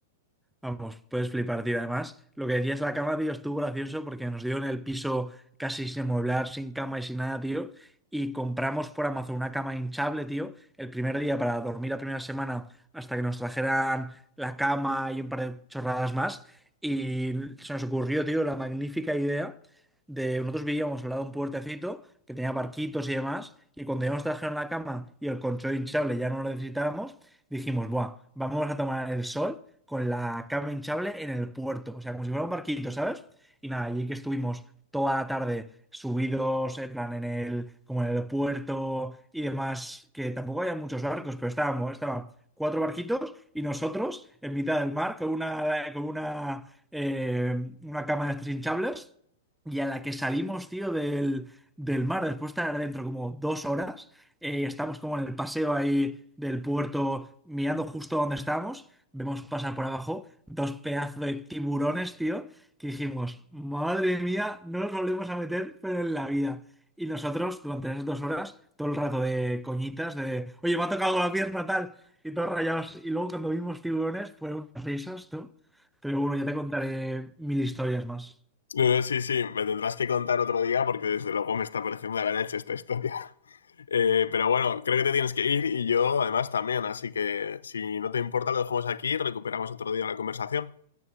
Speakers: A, in the centre; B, on the left.
A: vamos, puedes flipar, tío. Además, lo que decías, la cama, tío, estuvo gracioso porque nos dio en el piso casi sin amueblar, sin cama y sin nada, tío. Y compramos por Amazon una cama hinchable, tío, el primer día para dormir la primera semana hasta que nos trajeran la cama y un par de chorradas más. Y se nos ocurrió, tío, la magnífica idea de nosotros vivíamos al lado de un puertecito que tenía barquitos y demás. Y cuando ya nos trajeron la cama y el colchón hinchable ya no lo necesitábamos, dijimos, buah, vamos a tomar el sol con la cama hinchable en el puerto, o sea, como si fuera un barquito, ¿sabes? Y nada, allí que estuvimos toda la tarde subidos, en plan, en el, como en el puerto y demás, que tampoco había muchos barcos, pero estábamos, estaban cuatro barquitos y nosotros en mitad del mar con una, con una, eh, una cama de estas hinchables y a la que salimos, tío, del, del mar, después de estar dentro como dos horas, eh, estamos como en el paseo ahí del puerto mirando justo donde estábamos Vemos pasar por abajo dos pedazos de tiburones, tío, que dijimos, madre mía, no nos volvemos a meter, pero en la vida. Y nosotros, durante esas dos horas, todo el rato de coñitas, de, oye, me ha tocado la pierna tal, y todos rayados. Y luego cuando vimos tiburones, fueron unas risas, tú. Pero bueno, ya te contaré mil historias más.
B: No, no, sí, sí, me tendrás que contar otro día porque desde luego me está pareciendo de la leche esta historia. <laughs> Eh, pero bueno, creo que te tienes que ir y yo además también, así que si no te importa lo dejamos aquí y recuperamos otro día la conversación.